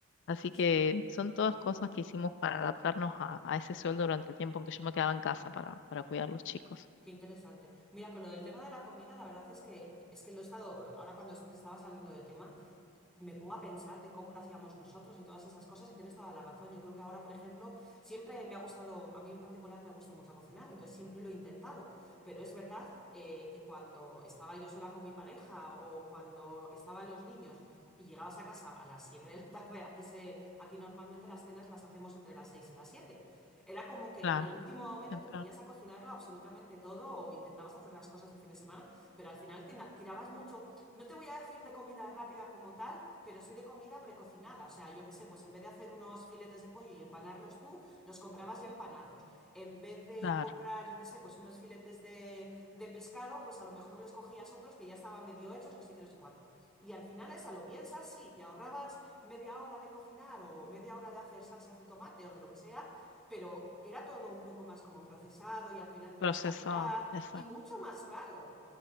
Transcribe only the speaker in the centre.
Sí,
qué interesante. Mira, con lo del tema de la comida, la verdad es que es que lo he estado, ahora cuando est- estabas hablando del tema, me pongo a pensar de cómo lo hacíamos nosotros y todas esas cosas y tienes toda la razón. Yo creo que ahora, por ejemplo, siempre me ha gustado, a mí en particular me gusta mucho cocinar, entonces siempre lo he intentado, pero es verdad eh, que cuando estaba yo sola con mi pareja o cuando estaban los niños y llegabas a casa a las 7 de la tarde, aquí se, aquí normalmente las cenas las hacemos entre las 6 y las siete Era como que
en el último momento
te ponías a cocinarlo absolutamente todo o intentabas hacer las cosas el fin de semana, pero al final tina- tirabas mucho no te voy a decir de comida rápida como tal, pero sí de comida precocinada. O sea, yo qué sé, pues en vez de hacer unos filetes de pollo y empanarlos tú, los comprabas ya empanados. En vez de
comprar, yo qué sé, pues unos filetes de, de pescado, pues a lo mejor los cogías otros que ya estaban medio hechos, no sé qué, no sé cuánto. Y al final esa lo piensas, sí, te ahorrabas media hora de cocinar o media hora de hacer salsas de tomate o de lo que sea, pero era todo un poco más como procesado y al final menos
calidad
y mucho más caro